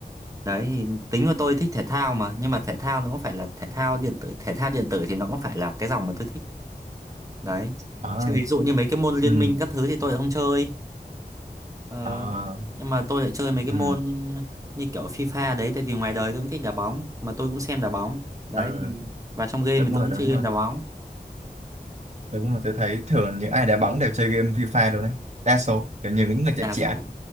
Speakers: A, on the right; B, on the right.
A: đấy thì tính của tôi thích thể thao mà nhưng mà thể thao nó cũng phải là thể thao điện tử thể thao điện tử thì nó cũng phải là cái dòng mà tôi thích đấy
B: Ờ,
A: chứ ví dụ như mấy cái môn liên
B: ừ,
A: minh các thứ thì tôi lại không chơi ờ,
B: ờ,
A: nhưng mà tôi lại chơi mấy cái
B: ừ,
A: môn như kiểu FIFA đấy tại vì ngoài đời tôi cũng thích đá bóng mà tôi cũng xem đá bóng đấy
B: ờ,
A: thì- và trong game
B: đúng
A: thì
B: rồi
A: tôi cũng
B: đúng
A: chơi game
B: rồi
A: đá bóng
B: đúng rồi tôi thấy thường những ai đá bóng đều chơi game FIFA rồi đấy đa số kiểu như những người
A: đa
B: trẻ trẻ
A: số